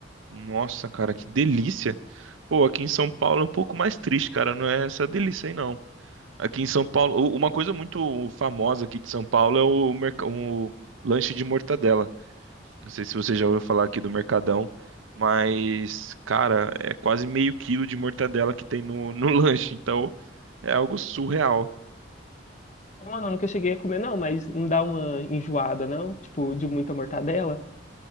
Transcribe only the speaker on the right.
Nossa, cara, que delícia. Pô, aqui em São Paulo é um pouco mais triste, cara. Não é essa delícia aí, não. Aqui em São Paulo, u- uma coisa muito famosa aqui de São Paulo é o, merca- o lanche de mortadela. Não sei se você já ouviu falar aqui do Mercadão, mas, cara, é quase meio quilo de mortadela que tem no, no <laughs> lanche. Então, é algo surreal.